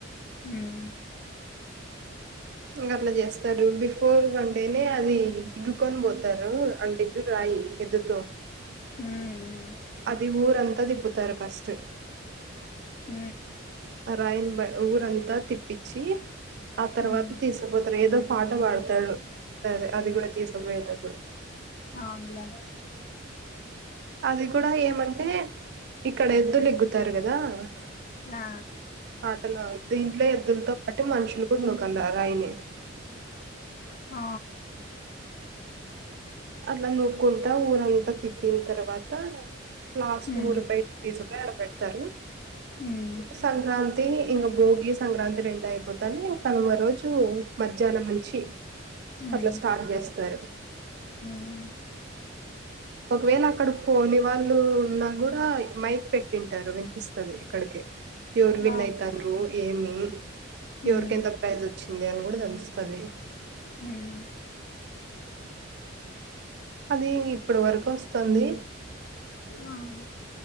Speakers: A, on the left; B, on the right.
A: ఉమ్
B: ఇంకా అట్లా చేస్తారు బిఫోర్ వన్ డేనే అది ఇగుకొని పోతారు అంటే చూ రాయి ఎద్దతో
A: ఉమ్ అవునులే ఉమ్ ఉమ్
B: అది ఊరంతా దిప్పుతారు ఫస్ట్
A: హ
B: రాయిన్ బ ఊరంతా తిప్పించి ఆ తర్వాత
A: ఉమ్
B: తీసుకుపోతారు ఏదో పాట పాడతాడు అది కూడా తీసుకుపోయేటప్పుడు
A: అవునులే
B: అది కూడా ఏమంటే ఇక్కడ ఎద్దులు ఇగ్గుతారు కదా దా
A: ఆ
B: పాటలు దీంట్లో ఎద్దులతో పాటు మనుషులు కూడా నుకల్లా రాయిని
A: ఆ
B: అట్లా నూక్కుంటా ఊరంతా తిప్పిన తర్వాత లాస్ట్
A: ఉమ్
B: ఊరుబయిట తీసుకపోయి పెడతారు
A: ఉమ్
B: సంక్రాంతి ఇంక భోగి సంక్రాంతి రెండు అయిపోతానే కనుమ రోజు మధ్యాహ్నం నుంచి
A: హ్మ్.
B: అట్లా స్టార్ట్ చేస్తారు
A: హ్మ్.
B: ఒకవేళ అక్కడ పోని వాళ్ళు ఉన్న కూడా మైక్ పెట్టింటారు వినిపిస్తుది ఇక్కడికి ఎవర్
A: బాగుంది
B: విన్ అయితారు ఏమి
A: హ్మ్.
B: ఎవరికి ఎంత ప్రైజ్ వచ్చింది అని కూడా తెలుస్తుంది
A: హ్మ్.
B: అది ఇప్పుడు వరకు వస్తుంది
A: బాగుంది